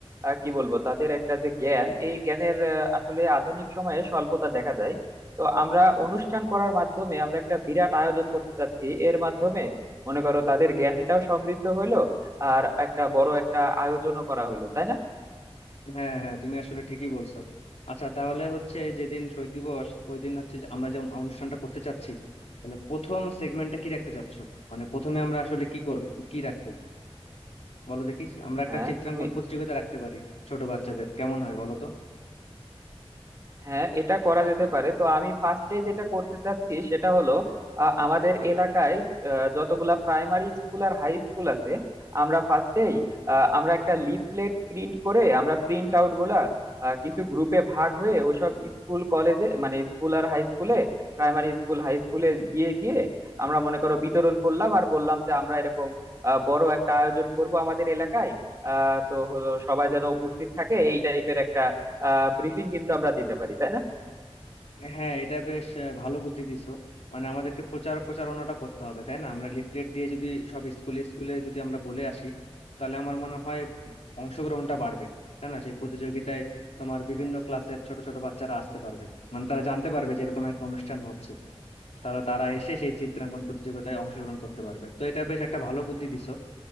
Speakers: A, on the right (about 30°); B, on the left (about 85°).
A: আহ, কি বলবো তাদের একটা যে জ্ঞান এই জ্ঞানের আহ, আসলে আধুনিক সময়ে স্বল্পতা দেখা যায় তো আমরা অনুষ্ঠান করার মাধ্যমে আমরা একটা বিরাট আয়োজন করতে চাচ্ছি এর মাধ্যমে মনে করো তাদের জ্ঞানটাও সমৃদ্ধ হইলো আর একটা বড় একটা আয়োজনও করা হইলো তাই না
B: হ্যাঁ হ্যাঁ তুমি আসলে ঠিকই বলছো আচ্ছা তাহলে হচ্ছে যেদিন শহীদ দিবস ওই দিন হচ্ছে যে আমরা যেমন অনুষ্ঠানটা করতে চাচ্ছি তাহলে প্রথম সেগমেন্টটা কি রাখতে চাচ্ছ মানে প্রথমে আমরা আসলে কি কর- কি রাখবো বলো দেখিস আমরা একটা
A: হ্যাঁ
B: চিত্রাঙ্কন
A: তুমি
B: প্রতিযোগিতা রাখতে পারি ছোট বাচ্চাদের কেমন হয় বলো তো
A: হ্যাঁ এটা করা যেতে পারে তো আমি ফার্স্টে যেটা করতে চাচ্ছি সেটা হলো আ, আমাদের এলাকায় আ, যতগুলা প্রাইমারি স্কুল আর হাই স্কুল আছে আমরা ফার্স্টেই আমরা একটা লিফলেট প্রিন্ট করে আমরা প্রিন্ট আউট গুলা আ, কিছু গ্রুপে ভাগ হয়ে ওইসব স্কুল কলেজে মানে স্কুল আর হাই স্কুলে প্রাইমারি স্কুল হাই স্কুলে গিয়ে গিয়ে আমরা মনে করো বিতরণ করলাম আর বললাম যে আমরা এরকম আ, বড় একটা আয়োজন করব আমাদের এলাকায় আহ তো হলো সবাই যেন উপস্থিত থাকে এই টাইপের একটা ব্রিফিং কিন্তু আমরা দিতে পারি তাই না
B: হ্যাঁ এটা বেশ আহ, ভালো বুদ্ধি দিছো মানে আমাদেরকে প্রচার প্রচারণাটা করতে হবে তাই না আমরা লিফলেট দিয়ে যদি সব স্কুলে স্কুলে যদি আমরা বলে আসি তাহলে আমার মনে হয় অংশগ্রহণটা বাড়বে তাই না সেই প্রতিযোগিতায় তোমার বিভিন্ন ক্লাসের ছোট ছোট বাচ্চারা আসতে পারবে মানে তারা জানতে পারবে যে এরকম একটা অনুষ্ঠান হচ্ছে তাহলে তারা এসে সেই চিত্রাঙ্কন প্রতিযোগিতায় অংশগ্রহণ করতে পারবে তো এটা বেশ একটা ভালো বুদ্ধি দিছো